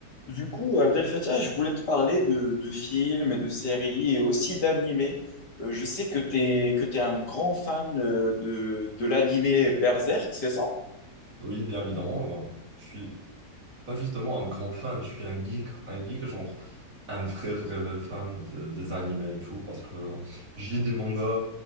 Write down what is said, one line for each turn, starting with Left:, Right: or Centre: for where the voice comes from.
Left: Du coup, Abdel Fattah, je voulais te parler de, de films et de séries et aussi d'animés. Euh, je sais que tu es, que tu un grand fan euh, de, de l'animé Berserk, c'est ça?
Right: Oui, bien évidemment. euh, je suis pas justement un grand fan, je suis un geek, un geek genre un vrai vrai, vrai fan de- des animés et tout parce que euh, je lis des mangas